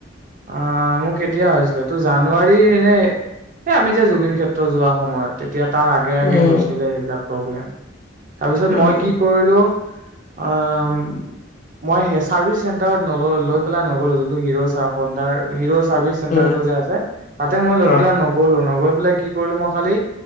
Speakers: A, on the right; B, on the left.
A: অহ মোৰ কেতিয়া হৈছিলে তোৰ জানুৱাৰী এই আমি যে জুবিন ক্ষেত্ৰ যোৱা সময়তে এতিয়া তাৰ আগে আগে
B: উম
A: হৈছিলে সেইবিলাক প্ৰব্লেম তাৰ পিছত
B: উম
A: মই কি কৰিলো অহ মই হে চাৰ্ভিচ চেণ্টাৰত ন লৈ পেলাই নগ'লো যোনটো হিৰৰ হ তাতে চাৰ্ভিছ চেণ্টাৰ
B: উম
A: টো যে আছে তাতে মই লৈ
B: অ
A: পিনে নগলো বোলে কি কৰিলো মই খালি